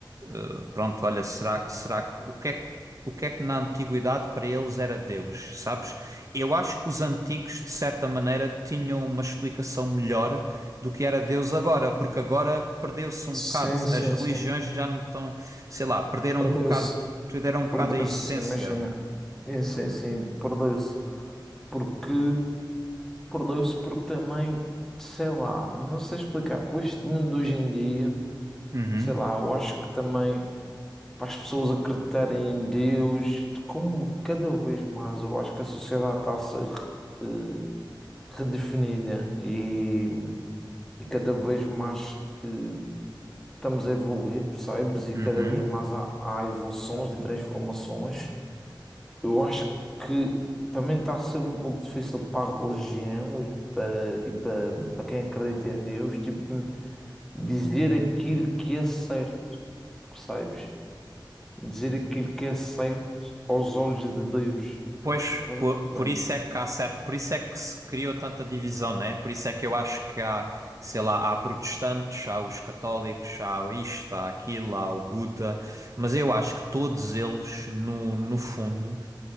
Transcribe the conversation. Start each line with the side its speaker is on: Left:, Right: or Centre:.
Right: eh, pronto, olha, será, será que o que é que o que é que na antiguidade para eles era Deus, sabes? Eu acho que os antigos, de certa maneira, tinham uma explicação melhor do que era Deus agora, porque agora perdeu-se um
Centre: Sim,
Right: bocado.
Centre: sim,
Right: As religiões
Centre: sim.
Right: já não estão, sei lá, perderam
Centre: Perdeu-se.
Right: um bocado, perderam um bocado
Centre: Perdeu-se,
Right: a essência.
Centre: imagina. É, Sim, sim, perdeu-se. Porque. Perdeu-se porque também, sei lá, não sei explicar. Com este mundo de hoje em dia,
Right: Uhum,
Centre: sei lá, eu acho que também para as pessoas acreditarem em Deus, como cada vez mais eu acho que a sociedade está a ser eh, redefinida e, e cada vez mais. eh, estamos a evoluir, percebes? E
Right: uhum.
Centre: cada vez mais há, há evoluções e transformações. Eu acho que também está a ser um pouco difícil para a religião e para, e para, para quem acredita em Deus, tipo, dizer aquilo que é certo, percebes? Dizer aquilo que é certo aos olhos de Deus.
Right: Pois,
Centre: Estás
Right: por,
Centre: a perceber?
Right: por isso é que há certo, por isso é que se criou tanta divisão, né? Por isso é que eu acho que há, sei lá, há protestantes, há os católicos, há o isto, há aquilo, há o Buda, mas eu acho que todos eles, no, no fundo.